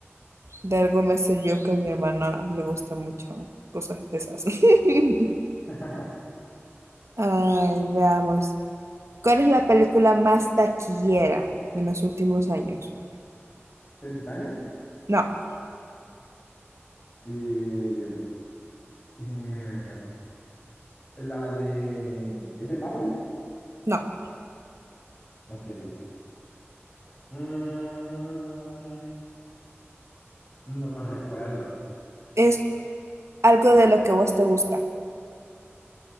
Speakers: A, on the right; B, on the left.
A: De algo me sirvió que a mi hermana le gusta mucho cosas de esas. <laughs>
B: <laughs>
A: Ay, veamos. ¿Cuál es la película más taquillera de los últimos años?
B: El Titanic.
A: No,
B: eh, eh, la de. ¿Es de Marvel?
A: no.
B: Ok. Mm, no recuerdo.
A: Es algo de lo que vos te gusta.